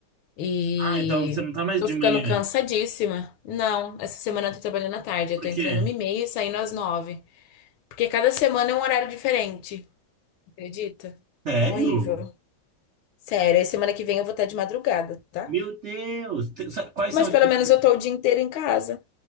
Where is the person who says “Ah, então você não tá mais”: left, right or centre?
Right